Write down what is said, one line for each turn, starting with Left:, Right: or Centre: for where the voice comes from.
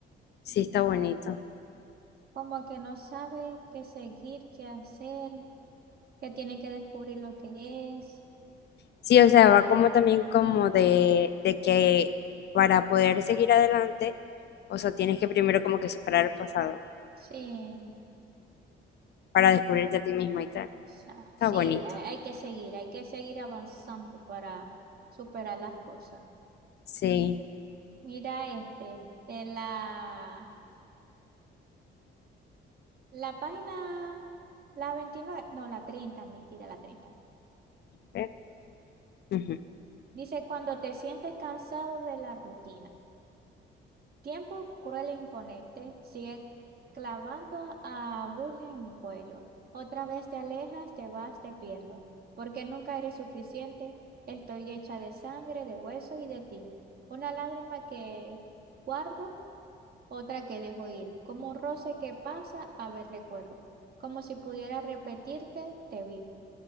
Left: Sí, está bonito.
Right: Como que no sabe qué seguir, qué hacer, que tiene que descubrir lo que es.
Left: Sí, o sea, va como también como de, de que para poder seguir adelante, o sea, tienes que primero como que superar el pasado
Right: Sí,
Left: para descubrirte a ti misma y tal.
Right: o sea,
Left: Está
Right: sí,
Left: bonito.
Right: hay, hay que seguir, hay que seguir avanzando para superar las cosas.
Left: Sí.
Right: Mira este, de la, la página, la 29, no, la 30, mentira, la 30.
Left: ¿Ve? Ujú.
Right: Dice, cuando te sientes cansado de la rutina. Tiempo cruel e imponente sigue clavando agujas en mi cuello. Otra vez te alejas, te vas, te pierdo. Porque nunca eres suficiente. Estoy hecha de sangre, de hueso y de ti. Una lágrima que guardo, otra que dejo ir. Como un roce que pasa, a ver recuerdo. Como si pudiera repetirte, te vi.